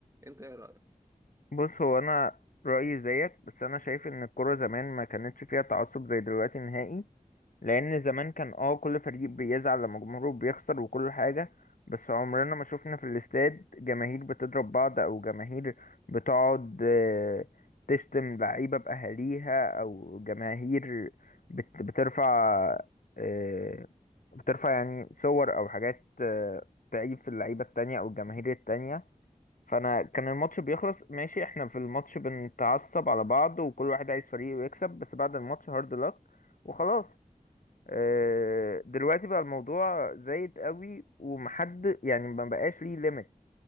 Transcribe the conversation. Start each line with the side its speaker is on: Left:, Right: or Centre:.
Right: انت ايه رايك
Left: بص هو انا رايي زيك بس انا شايف ان الكوره زمان ما كانتش فيها تعصب زي دلوقتي نهائي لان زمان كان اه كل فريق بيزعل لما جمهوره بيخسر وكل حاجه بس عمرنا ما شفنا في الاستاد جماهير بتضرب بعض او جماهير بتقعد آه، تشتم لعيبه باهاليها او جماهير بت- بترفع آه، بترفع يعني صور او حاجات آه، تعيب في اللعيبه التانية او الجماهير التانية فانا كان الماتش بيخلص ماشي احنا في الماتش بنتعصب على بعض وكل واحد عايز فريقه يكسب بس بعد الماتش هارد لك وخلاص آه، دلوقتي بقى الموضوع زايد قوي ومحد يعني ما بقاش ليه ليميت